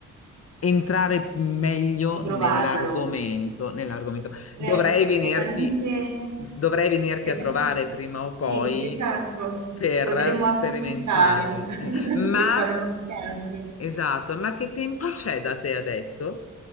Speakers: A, on the left; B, on the right.
A: entrare meglio
B: di provarlo.
A: nell'argomento, nell'argomento.
B: Beh,
A: Dovrei venirti,
B: è talmente...
A: dovrei venirti
B: è
A: a trovare
B: tal-
A: prima o poi
B: Sì, esatto.
A: per
B: Potremmo
A: sperimentarlo.
B: approfittare <laughs>
A: Eh, Ma,
B: e fare uno scambio.
A: esatto, ma che tempo c'è da te adesso?